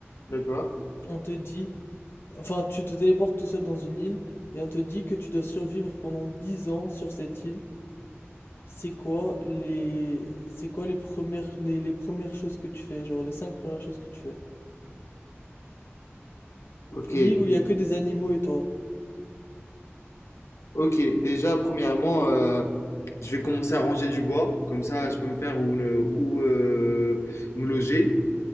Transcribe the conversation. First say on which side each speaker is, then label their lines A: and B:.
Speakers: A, on the left; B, on the left.
A: D'accord.
B: on te dit Enfin, tu te téléportes tout seul dans une île et on te dit que tu dois survivre pendant 10 ans sur cette île. C'est quoi les c'est quoi les premières les, les premières choses que tu fais, genre les cinq premières choses que tu fais?
A: Ok,
B: Une île où il y a que des animaux et toi.
A: Ok, déjà, premièrement, euh, je vais commencer à ranger du bois, comme ça je peux me faire où, le- où, euh, me loger.